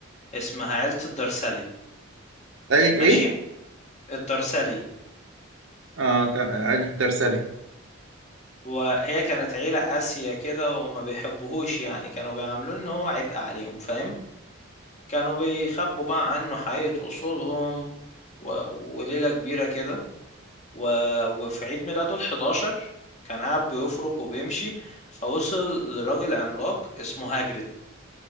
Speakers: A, on the left; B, on the right.
A: اسمها عيله الدرسالي
B: قالت
A: ماشي
B: إيه؟
A: الدرسالي
B: آه تا- ألف درسالي
A: وهي كانت عيله قاسيه كده وما بيحبوهوش يعني كانوا بيعاملوه ان هو عبء عليهم فاهم كانوا بيخبوا بقى عنه حقيقه اصولهم و... وليله كبيره كده و... وفي عيد ميلاده ال11 كان قاعد بيفرك وبيمشي فوصل لراجل عملاق اسمه هاجريد